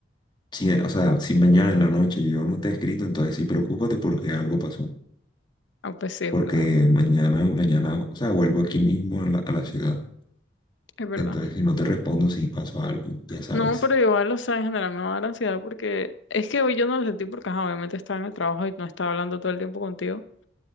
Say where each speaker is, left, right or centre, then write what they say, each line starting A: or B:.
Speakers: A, on the left (about 25°); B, on the left (about 80°).
A: si, o sea, si mañana en la noche yo no te he escrito, entonces sí, preocúpate porque algo pasó.
B: ah, pues sí, es
A: Porque
B: verdad,
A: mañana, mañana, o sea, vuelvo aquí mismo a la a la ciudad.
B: es verdad.
A: Entonces, si no te respondo, si pasó algo, ya sabes.
B: No, pero igual, o sea, en general me va a dar ansiedad porque es que hoy yo no lo sentí porque, ajá, obviamente estaba en el trabajo y no estaba hablando todo el tiempo contigo,